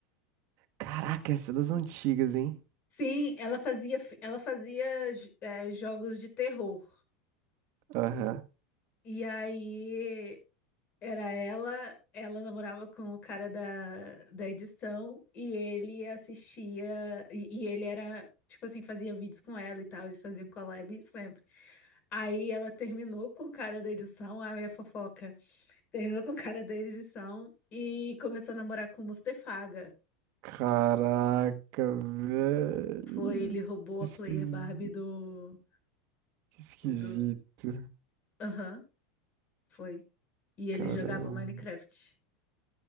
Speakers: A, on the right (about 55°); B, on the left (about 35°).
A: Caraca, essa é das antigas, hein?
B: Sim, ela fazia ela fazia eh, jogos de terror.
A: Aham.
B: E aí Era ela, ela namorava com o cara da, da edição e ele assistia, e, e ele era, tipo assim, fazia vídeos com ela e tal, eles faziam collab sempre. Aí ela terminou com o cara da edição, a minha fofoca, terminou com o cara da edição e começou a namorar com o Mustefaga.
A: Caraca, velho.
B: Foi, ele roubou
A: Esquis-
B: a player Barbie do,
A: que Esquisito.
B: do... Aham, foi. E ele
A: Caramba.
B: jogava Minecraft.